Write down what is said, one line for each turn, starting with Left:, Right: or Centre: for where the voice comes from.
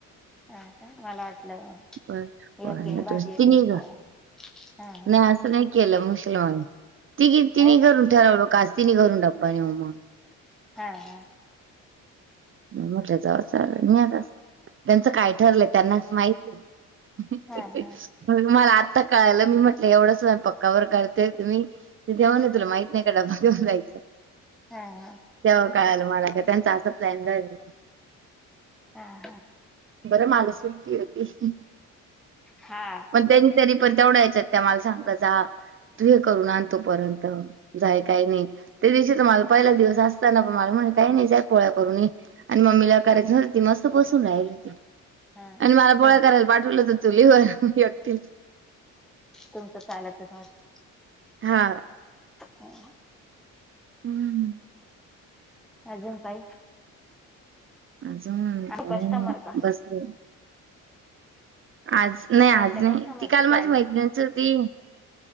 Centre: हाका मला वाटत.
Right: बर बर
Centre: एकीने
Right: नेतो
Centre: भाजी एकीने
Right: तिन्ही ग
Centre: पोळ्या हा हा.
Right: नाही असं नाही केलं मुसलमान ति तिने
Centre: हा
Right: करून ठरवलं कास तिने करून टप्पा म्
Centre: हा हा.
Right: मोठया जावच आल नेला त्यांचं काय ठरलं त्यांनाच माहिती.
Centre: हा हा
Right: <inaudible> मला आत्ता कळायला मी म्हटलं एवढा स्वयंपाक का बर करता तुम्ही तेम्हनले
Centre: हा
Right: ना तुला माहित नाही डबा घेऊन जायच.
Centre: हा
Right: तेव्हा कळाल मला का त्यांचा असा प्लॅन झाला
Centre: हा हा.
Right: बरं माला सुट्टी होती.
Centre: हां.
Right: पण त्यांनी तरी पण तेवढ्या याच्यात त्या मला सांगत जा तू हे करून आणतो पर्यंत जाय काही नाही त्या दिवशी तर मला पहिला दिवस असताना पण मला म्हण काही नाही पोळ्या करूनये आणि मम्मीला करायच नव्हत ती मस्त बसून राहिली होती.
Centre: हा
Right: आणि मला पोळ्या
Centre: तुमचं
Right: करायला पाठवलं तर चुलीवर एकटीला.
Centre: तुमच चालाचट <unintelligible>
Right: हा.
Centre: हो.
Right: हम्म.
Centre: अजून काय
Right: अजं
Centre: आणि
Right: का
Centre: कस्टमर
Right: नाही
Centre: का
Right: बसलं आज नाही आज
Centre: कालच्या
Right: नाही
Centre: कस्टमर
Right: ती काल
Centre: किती
Right: माझ्या
Centre: आले
Right: मैत्रिंची होती